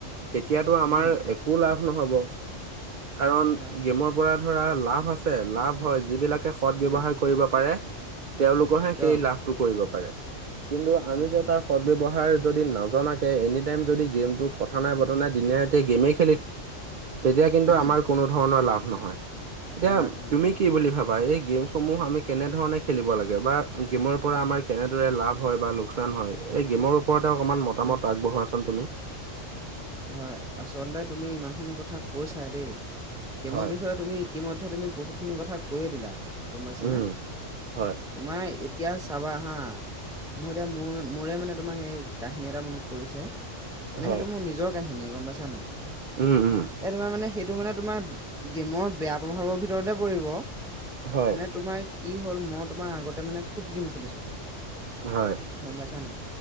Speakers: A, on the right; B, in the centre.
A: তেতিয়াতো আমাৰ
B: উম,
A: একো লাভ নহ'ব কাৰণ
B: হয়, হয়,
A: গেমৰ পৰা ধৰা লাভ আছে, লাভ হয় যিবিলাক- কে সৎব্যৱহাৰ
B: উম,
A: কৰিব পাৰে তেওঁলোকৰহে
B: অ',
A: সেই লাভটো কৰিব পাৰে। কিন্তু আমি
B: হয়,
A: যে
B: হয়,
A: তাৰ সৎ ব্যৱহাৰ যদি নজনাকে এনি টাইম যদি গেমটো কথা নাই বতৰা নাই দিনে ৰতিয়ে গেমেই খেলি তেতিয়া কিন্তু
B: উম,
A: আমাৰ কোনো ধৰণৰ লাভ নহয়। এতিয়া
B: লাভ নহয়,
A: তুমি
B: লাভ
A: কি
B: নহয়,
A: বুলি ভা- বা এই গেম সমূহ আমি কেনে ধৰণে খেলিব লাগে বা গেমৰ পৰা আমাৰ কেনেদৰে লাভ হয় বা লোকচান হয় এই গেমৰ ওপৰতে অকণমান মতামত
B: উম,
A: আগবঢ়োৱাচোন তুমি।
B: হয় আচলতে তুমি ইমান খিনি কথা কৈছাই দেই গেমৰ
A: হয়,
B: বিষয়ে তুমি ইতিমধ্যে তুমি বহুতখিনি কথা কৈয়ে দিলা গম পাইছানে।
A: উম, হয়,
B: তোমাৰ এতিয়া চাবা হা মোৰ এতিয়া মোৰ মোৰে মানে তোমাৰ হেই কাহিনী এটা মনত পৰিছে। মানে
A: হয়,
B: সেইটো মোৰ নিজৰ কাহিনীয়ে গম পাইছা নাই।
A: উম উম
B: এ তোমাৰ মানে সেইটো মানে তোমাৰ গেমৰ বেয়া প্ৰভাৱৰ ভিতৰতে পৰিব।
A: হয়,
B: মানে তোমাৰ কি হ'ল মই তোমাৰ আগতে মানে খুব গেম খেলিছিলোঁ
A: হয়,
B: গম পাইছা নাই